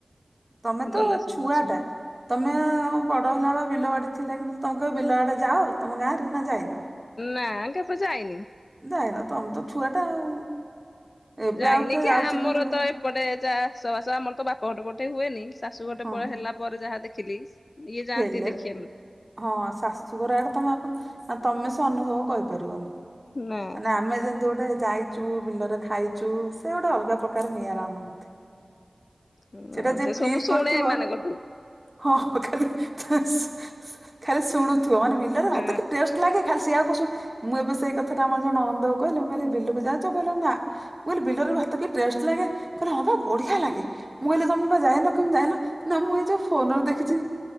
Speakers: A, on the right (about 25°); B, on the left (about 60°).
A: ତମେ
B: ଗଲା
A: ତ
B: ସବୁ
A: ଛୁଆ
B: ଗଛ।
A: ଟା। ତମେ ବଡ଼ ହେଲାବେଳେ ବିଲବାଡି ଥିଲା କି ତମେ କେବେ ବିଲଆଡ଼େ ଯାଅ ତମ ଗାଁରେ ନା ଯାଇନ?
B: ନାଁ କେବେ ଯାଇନି।
A: ଯାଇନ ତମେ ତ ଛୁଆଟା ଆଉ। ଏବେ
B: ଯାଇନି
A: ଆଉ କିଏ
B: କି
A: ଯାଉଛି
B: ଆମର
A: ବିଲକୁ
B: ତ ଏ ସେପଟେ ଯା -ଚାଷବାସ ଆମର ତ ବାପଘର ପଟେ ହୁଏନି ଶାଶୁଘର
A: ହଁ
B: ପଟେ ହେଲା ପରେ ଯାହା ଦେଖିଲି। ଇଏ ଯାଆନ୍ତି
A: ହେଲେ
B: ଦେଖେ ମୁଁ।
A: ହଁ ଶାଶୁଘର ଆଡେ ତମ -ଆଉ ତମେ ସେ ଅନୁଭବ କରି ପାରିବନି।
B: ନା।
A: ମାନେ ଆମେ ଯେମତି ଗୋଟେ ଯାଇ ଚୁ ବିଲରେ ଖାଇଚୁ ସେ ଗୋଟେ ଅଲଗା ପ୍ରକାର ନିଆରା ଅନୁଭୂତି।
B: ହଁ
A: ସେଟା ଯିଏ
B: ସେ ସବୁ
A: ଫିଲ୍
B: ମୁଁ ଶୁଣେ
A: କରିଥିବ
B: ଏମାନଙ୍କଠୁ।
A: ହଁ- ଖାଲି <unintelligible> ଖାଲି ଶୁଣୁଥିବ ମାନେ ବିଲରେ
B: ହଁ
A: ଭାତ କି ଟେଷ୍ଟ୍। ଲାଗେ ଖାଲି ସେଇଆ କୁ ସୁ-ମୁଁ ଏବେ ସେଇକଥା ଟା ଆମର ଜଣେ ନଣନ୍ଦ କୁ କହିଲି ମୁଁ କହିଲ ବିଲକୁ ଯାଉଚ? କହିଲା ନା। ମୁଁ କହିଲି ବିଲରେ ଭାତ କି ଟେଷ୍ଟ୍ ଲାଗେ କହିଲେ ହଁ ପା ବଢିଆ ଲାଗେ। ମୁଁ କହିଲି ତମେ ପା ଯାଇନ କେମିତି ଜାଣିଲ ନା ମୁଁ ଏ ଯଉ ଫୋନରୁ ଦେଖିଚି।